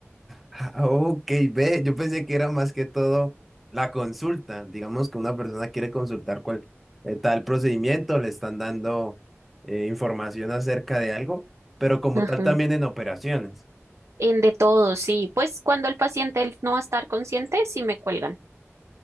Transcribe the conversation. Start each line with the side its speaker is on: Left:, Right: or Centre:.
Centre: Ah, ok, ve, yo pensé que era más que todo la consulta. Digamos que una persona quiere consultar cuál eh, tal procedimiento, le están dando eh, información acerca de algo, pero como
Right: Ajá.
Centre: tal también en operaciones.
Right: En de todo, sí. Pues cuando el paciente no va a estar consciente, sí me cuelgan.